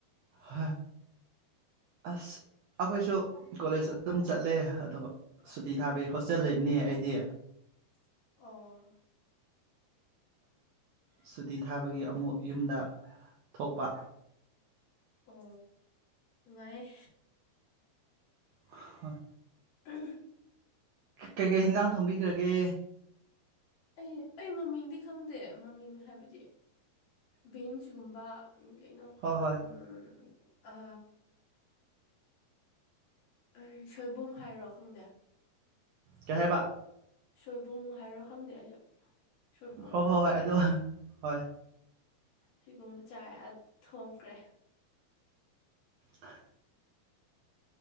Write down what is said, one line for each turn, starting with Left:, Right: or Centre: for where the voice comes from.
Right: ꯍꯣꯏ ꯑꯁ ꯑꯩꯈꯣꯏꯁꯨ ꯀꯣꯂꯦꯖ ꯑꯗꯨꯝ ꯆꯠꯂꯦ ꯑꯗꯨꯒ ꯇꯇꯤ ꯊꯥꯕꯤ ꯍꯣꯁꯇꯦꯜ
Left: ꯑꯣ
Right: ꯂꯩꯕꯅꯤ ꯑꯩꯗꯤ
Left: ꯑꯣ
Right: ꯁꯨꯇꯤ ꯊꯥꯕꯒꯤ ꯑꯃꯨꯛ ꯌꯨꯝꯗ ꯊꯣꯛꯄ
Left: ꯑꯣ ꯅꯨꯡꯉꯥꯏ
Right: ꯍꯣꯏ
Left: ꯎ
Right: ꯀꯩꯀꯩ ꯍꯤꯟꯖꯥꯡ ꯊꯣꯡꯕꯤꯈ꯭ꯔꯒꯦ
Left: ꯑꯩ ꯑꯩ ꯃꯃꯤꯡꯗꯤ ꯈꯪꯗꯦ ꯃꯃꯤꯡ ꯍꯥꯏꯕꯗꯤ ꯕꯤꯟꯁꯒꯨꯝꯕ ꯀꯩꯅꯣ
Right: ꯍꯣꯏ ꯍꯣꯏ
Left: ꯎꯝ ꯑ ꯑꯩ ꯁꯣꯏꯕꯨꯡ ꯍꯥꯏꯔꯣ ꯈꯪꯗꯦ
Right: ꯆꯍꯕ
Left: ꯁꯣꯏꯕꯨꯝ ꯍꯥꯏꯕ꯭ꯔꯣ ꯈꯪꯗꯦ ꯑꯩꯁꯨ ꯁꯣꯏꯕꯨꯝ
Right: ꯍꯣꯏ
Left: ꯍꯥꯏꯕ꯭ꯔꯣ
Right: ꯍꯣꯏ ꯍꯣꯏ ꯑꯗꯣ ꯍꯣꯏ
Left: ꯁꯤꯒꯨꯝꯕ ꯆꯥꯏ ꯊꯣꯡꯈ꯭ꯔꯦ
Right: ꯑ